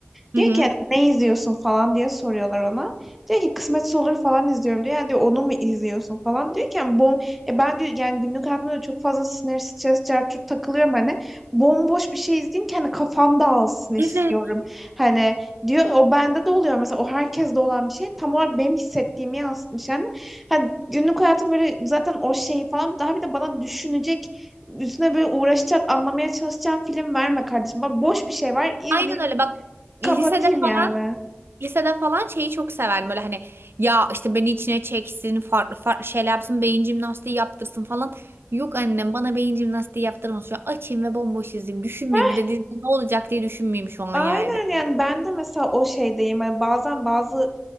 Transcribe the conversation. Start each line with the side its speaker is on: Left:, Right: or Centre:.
Right: Hı
Centre: Diyor
Right: hı.
Centre: ki hani, ne izliyorsun falan diye soruyorlar ona. Diyor ki kısmetse olur falan izliyorum diyor. Yani diyor onu mu izliyorsun falan diyor ki yani bom e ben diyor yani günlük hayatımda da çok fazla sinir, stres, çarçur takılıyorum hani. Bomboş bir şey izleyeyim ki hani kafam dağılsın istiyorum.
Right: Evet.
Centre: Hani diyor o bende de oluyor mesela o herkeste olan bir şey tam olarak benim hissettiğimi yansıtmış yani. Hani günlük hayatım böyle zaten o şeyi falan daha bir de bana düşünecek üstüne böyle uğraşacak, anlamaya çalışacağım film verme kardeşim. Bak boş bir şey var, izleyeyim
Right: Aynen öyle bak
Centre: Kapatayım
Right: lisede falan
Centre: yani.
Right: lisede falan şeyi çok severdim böyle hani ya işte beni içine çeksin farklı farklı şeyler yapsın beyin jimnastiği yaptırsın falan. Yok annem bana beyin jimnastiği yaptırmasın şu an açayım ve bomboş izleyeyim düşünmeyeyim
Centre: Heh,
Right: bir de dizi ne olacak diye düşünmeyeyim şu an
Centre: aynen
Right: yani.
Centre: yani ben de mesela o şeydeyim. Hani bazen bazı